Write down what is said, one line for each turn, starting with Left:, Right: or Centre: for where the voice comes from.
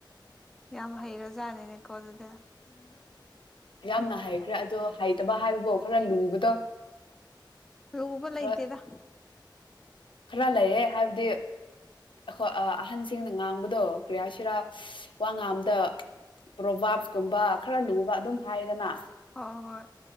Centre: ꯌꯥꯝ ꯍꯩꯔꯖꯥꯠꯅꯤꯅꯦꯀꯣ ꯑꯗꯨꯗ
Left: ꯌꯥꯝꯅ ꯍꯩꯈ꯭ꯔꯦ ꯑꯗꯣ ꯍꯩꯇꯕ ꯍꯥꯏꯕꯕꯨꯣ ꯈꯔ ꯂꯨꯕꯗꯣ
Centre: ꯂꯨꯕꯂꯥꯏꯇꯦꯗ
Left: ꯈꯔ ꯈꯔ ꯂꯩꯌꯦ ꯍꯥꯏꯕꯗꯤ ꯑꯩꯈꯣꯏ ꯑꯍꯟꯁꯤꯡꯅ ꯉꯥꯡꯕꯗꯣ ꯀ꯭ꯔꯤꯌꯥꯁꯤꯔꯥ ꯋꯥ ꯉꯥꯡꯝꯗ ꯄ꯭ꯔꯣꯚꯥꯞꯀꯨꯝꯕ ꯈꯔ ꯂꯨꯕ ꯑꯗꯨꯝ ꯍꯥꯏꯗꯅ
Centre: ꯍ ꯍꯣꯏ